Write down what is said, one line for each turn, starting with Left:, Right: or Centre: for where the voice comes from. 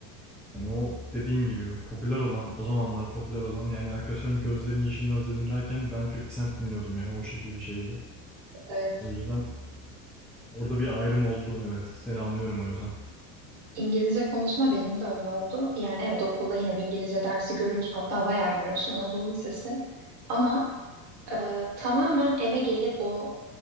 Centre: Yani o dediğin gibi popüler olan, o zamanlar popüler olan yani arkadaşlarım gözlerinin yeşilini özledim derken ben 50 Cent dinliyordum yani o şekil bir şeydi.
Right: Evet.
Centre: O yüzden orada bir ayrım oldu evet. Seni anlıyorum o yüzden.
Right: İngilizce konusunda benim de öyle oldu. Yani evet okulda yine bir İngilizce dersi görüyorsun hatta bayağı görüyorsun Anadolu Lisesi. Ama e, tamamen eve gelip o